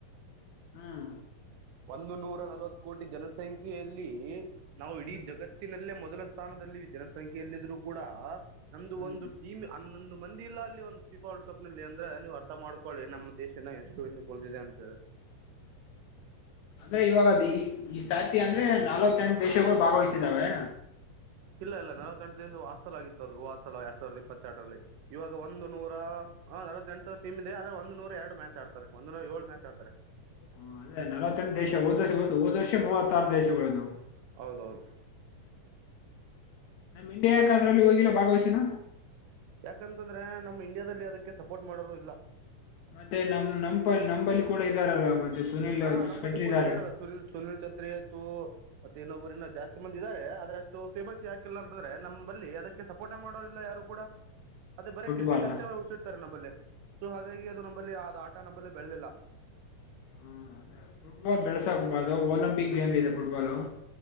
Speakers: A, on the left (about 75°); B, on the right (about 80°).
A: ಹ್ಮ್
B: ಒಂದು ನೂರ ನಲವತ್ ಕೋಟಿ ಜನಸಂಖ್ಯೆಯಲ್ಲಿ ನಾವು ಇಡೀ
A: ಹ್ಮ್
B: ಜಗತ್ತಿನಲ್ಲೇ ಮೊದಲ ಸ್ಥಾನದಲ್ಲಿ ಜನಸಂಖ್ಯಲ್ಲ ಇದ್ರು ಕೂಡ ನಮ್ದ ಒಂದು
A: ಹ್ಮ್
B: ಟೀಮ್ ಅನ್ನೊಂದು ಮಂದಿ ಇಲ್ಲ ಅಲ್ಲಿ ಒಂದ್ ಸ್ೀಪಾ <unintelligible> ವರ್ಡ್ ಕಪ್ನಲ್ಲಿ ಅಂದ್ರೆ ನೀವು ಅರ್ಥ ಮಾಡ್ಕೊಳ್ಳಿ ನಮ್ಮ ದೇಶನ ಎಷ್ಟು ಹಿಂದ ಕುಳ್ದಿದೆ ಅಂತ ಹೇಳಿ
A: <unintelligible> ಅಂದ್ರೆ ಇವಾಗದ ಈ ಸಾಹಿತಿ ಅಂದ್ರೆ ನಾವತ್ತೆಂಟು ದೇಶಗಳು ಭಾಗವಹಿಸಿದಾವೆ
B: ಇಲ್ಲ ಇಲ್ಲ ನವತ್ತೆಂಟು ದಿವಸ ವಾಾಸಲಲ್ ಆಿತ್ತು ಅದು ವಾತ್ಸಲ ಎರಡ್ ಸಿರದ ಇಪ್ಪತ್ತೆರಡರಲ್ಲಿ ಇವಾಗ ಒಂದು ನೂರ ಹ ನವತ್ತತ್ಂಟ ಟಮ ಇದೆ ಆದ್ರೆ ಒಂದ ನೂರ ಎರ ಮ್ಯಾಚ್ ಆಡ್ತ ಒಂದ ನೂರ ಏಳ್ ಮ್ಯಾಚ್ ಆಡ್ತಾರೆ
A: ಹ ಅದೇ ನಲವತ್ತೆಂಟು ದೇಶ ಹದ್ ವರ್ಷ ಹೋದ ವರ್ಷ ಮೂವತ್ತಾರು ದೇಶಗಳಿದ್ವು
B: ಹೌದೌದು
A: ನಮ್ ಇಂಡಿಯಾ ಯಾಕದ್ರಲ್ಲಿ ಹೋಗಿಲ್ಲ ಭಾಗವಹಿಸಿನ
B: ಯಾಕಂತಂದ್ರೆ ನಮ್ ಇಂಡಿಯಾದಲ್ಲಿ ಅದಕ್ಕೆ ಸಪೋರ್ಟ್ ಮಾಡರು ಇಲ್ಲ
A: ಮತ್ತೆ ನಮ್ ನಪ ನಂಬಲ್ಲಿ ಕೂಡ ಇದ್ದಾರಲ್ಲ ಮತ್ತೆ ಸುನಿಲ್
B: ಹಾ ನಂಬಲ್ಲಿ
A: ಕಟ್ರಿದ್ದಾರೆ
B: ಕೂಡ ಇದಾರಲ್ಲ ಸುನೀಲ್ ಸುನಿಲ್ ಛತ್ರಿ ಆಯ್ತು ಮತ್ತೆೇಏನೊಬ್ಬರಿನ ಜಾಸ್ತಿ ಮಂದ ಇದಿದ್ದಾರೆಾರೆ ಆದ್ರಷ್ಟು ಫೇಮಸ್ ಯಾಕಿಲ್ಲ ಅಂತಂದ್ರೆ ನಲ್ಲಿ ಅದಕ್ಕೆ ಸಪೋರ್ಟೇ ಮಾಡೋದಿಲ್ಲ ಯಾರು ಕೂಡ ಅದೇ ಬರ
A: ಫುಟ್ಬಾಲ್
B: ಕ್ರಿಕೆಟ್ ಅಷ್ಟೇ ಹಚ್ಚಿಡ್ತಾರೆ ನಂಬಲ್ಲಿ ಸೊ ಹಾಗಾಗಿ ಅದು ನಂಬಲ್ಲಿ ಆದ ಆಟ ನಮ್ಮಲ್ಲಿ ಬೆಳೆದಿಲ್ಲ
A: ಹ್ಮ್ ಅದ ಫುಟ್ಬಾಲ್ ಬೆಳಸಾಕ್ಬ ಅದು ಒಲಿಂಪಿಕ್ ಗೇಮ್ ಇದೆ ಫುಟ್ಬಾಲ್